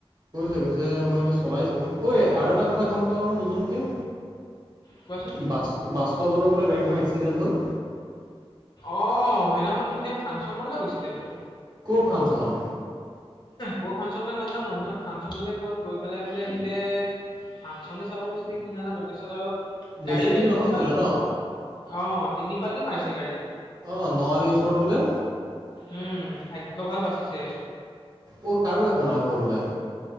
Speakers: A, on the right; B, on the left.
A: কৈছে কৈছে মই এনেই চলাইছো ঐ আৰু এটা কথা গম পাও নহয় নুতুনকে?
B: কোৱাচোন।
A: বাস্তৱতৰ বোলে গাড়ীখন এক্সিডেণ্ট হ'ল।
B: অ সেইদিনাখন সি ফাংচনলৈ গৈছিলে বোলে।
A: ক' ফাংচন?
B: ক' ফাংচনলৈ নাজানো সিমান ফাংচনলৈ গ'ল গৈ পেলাই বোলে সিয়ে! ছোৱালী চাব গৈছে নে কি নাজানো তাৰপিছত আৰু!
A: বেছি
B: গাড়ী বোলে
A: দিন
B: তিনি
A: নহ'ল
B: পাল্টি
A: ন?
B: অ তিনি পাল্টি মাৰিছে গাড়ী।
A: অ ন আলীৰ ওচৰত বোলে?
B: উম ভাগ্য ভাল বাচিলে।
A: অ কাৰো একো নাই হোৱা বোলে।